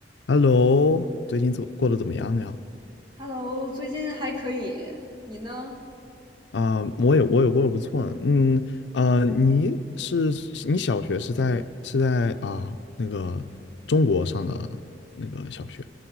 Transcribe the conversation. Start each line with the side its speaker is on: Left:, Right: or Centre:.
Left: Hello，最近怎过得怎么样呀？
Right: Hello，最近还可以，你呢？
Left: 啊、我也我也过得不错呢嗯，呃，你是你小学是在是在啊、那个中国上的那个小学，